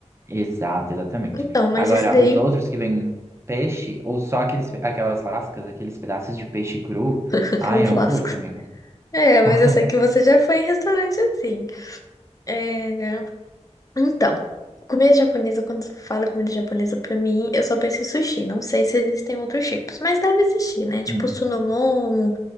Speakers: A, on the right; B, on the left.
A: Exato, exatamente.
B: Então, mas
A: Agora,
B: isso daí.
A: os outros que vêm peixe, ou só aqueles, pe- aquelas lascas, aqueles pedaços de peixe cru,
B: <laughs> Aquelas
A: ai, eu
B: lascas.
A: não curto, amiga.
B: É, mas
A: <laughs>
B: eu sei que você já foi em restaurante assim. É... Então, comida japonesa, quando fala comida japonesa pra mim, eu só penso em sushi. Não sei se existem outros tipos, mas deve existir, né? Tipo,
A: Hum,
B: sunomon.